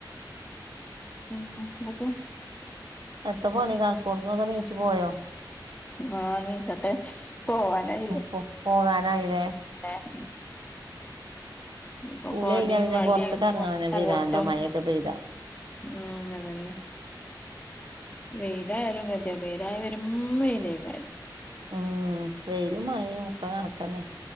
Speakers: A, on the left; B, on the right.
A: പിന്നെ എന്തൊക്കെയാ?
B: എത്ര പണി കാൽക്കോട് നിന്നൊക്കെ നീച്ചു പോയോ?
A: ആഹ് നീച്ചട്ടെ പോവാനായില്ലേ
B: പോ പോകാനായില്ലേ?
A: ഏഹ്. ഇപ്പൊ
B: കുളി
A: കൊടെയും
B: കഴിഞ്ഞാ പിന്നെ
A: വടിയും
B: പൊറത്ത്ക്ക് എറങ്ങണന്നെ പിരാന്താ
A: കോട്ടും
B: മഴൊക്കെ പെയ്താ
A: ഉം അതന്നെ. വെയിലായാലും കതിയ വെയിലായി വരും വെയില കാര്യം.
B: ഉം വെയിലും മയയും ഒക്കെ കണക്കന്നെ.